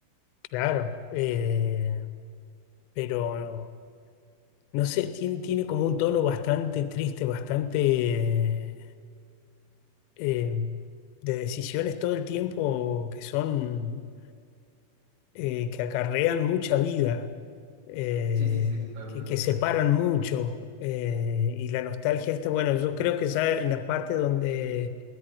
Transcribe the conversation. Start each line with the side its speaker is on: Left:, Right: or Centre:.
Left: Claro, eh, pero no sé, tiene, tiene como un tono bastante triste, bastante eh, de decisiones todo el tiempo que son... eh, que acarrean mucha vida, eh,
Right: Sí, sí, sí, totalmente.
Left: que, que separan mucho. eh, y la nostalgia esta, bueno, yo creo que ya en la parte donde